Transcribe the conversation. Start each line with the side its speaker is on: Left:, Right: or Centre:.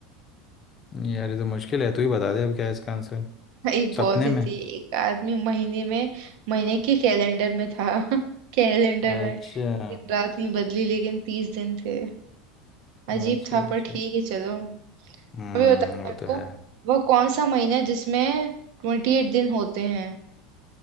Left: यार ये तो मुश्किल है तू ही बता दे अब क्या है इसका आंसर
Right: ये बहुत
Left: सपने
Right: ही
Left: में
Right: थी एक आदमी महीने में महीने के कैलेंडर में था <laughs> कैलेंडर
Left: अच्छा
Right: में दिन रात नहीं बदली लेकिन तीस दिन थे
Left: अच्छा
Right: अजीब था
Left: अच्छा
Right: पर ठीक है चलो
Left: हम्म
Right: अभी बताओ
Left: वो
Right: मेरे
Left: तो
Right: को
Left: है
Right: वो कौन सा महीना है जिसमें ट्वेंटी एट दिन होते हैं